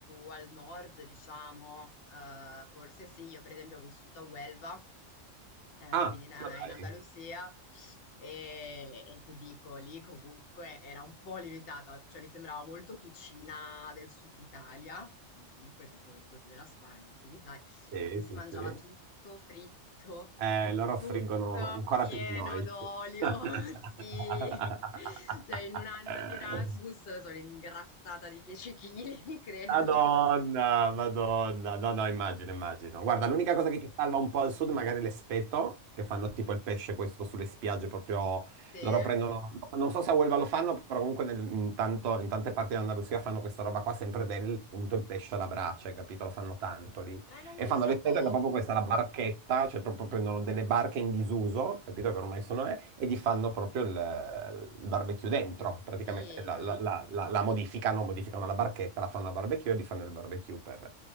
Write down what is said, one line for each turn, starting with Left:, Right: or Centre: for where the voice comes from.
Left: al nord, diciamo, eh, forse sì, io per esempio ho vissuto a Huelva, eh,
Right: Ah,
Left: quindi in,
Right: ma dai.
Left: in Andalusia, e, e ti dico, lì comunque era un po' limitata, la- cioè mi sembrava molto cucina del sud Italia, comunque, cioè sei nel sud della Spagna, sud Italia,
Right: Sì,
Left: quindi si
Right: sì,
Left: mangiava
Right: sì.
Left: tutto fritto,
Right: Eh, loro
Left: tutto
Right: friggono ancora
Left: pieno
Right: più di noi.
Left: d'olio,
Right: <laughs>
Left: <laughs> sì. Cioè in un anno di Erasmus sono ingrassata di 10 chili, <laughs> credo.
Right: Madonna, Madonna, no, no, immagino, immagino. Guarda, l'unica cosa che ti salva un po' al sud, magari l'espeto, che fanno tipo il pesce questo sulle spiagge, proprio
Left: Sì? Eh,
Right: loro prendono, non so se a Huelva lo fanno, però comunque nel- in, tanto- in tante parti dell'Andalusia fanno questa roba qua, sempre del, appunto, il pesce alla brace, capito? Lo fanno tanto lì.
Left: in Andalusia
Right: E fanno l'estetica
Left: poco.
Right: proprio questa, è la barchetta, cioè proprio prendono delle barche in disuso, capito che ormai sono, eh, e gli fanno proprio il, il barbecue dentro,
Left: Che Figo.
Right: praticamente la, la- la- la- la modificano, modificano la barchetta, la fanno a barbecue e gli fanno il barbecue per,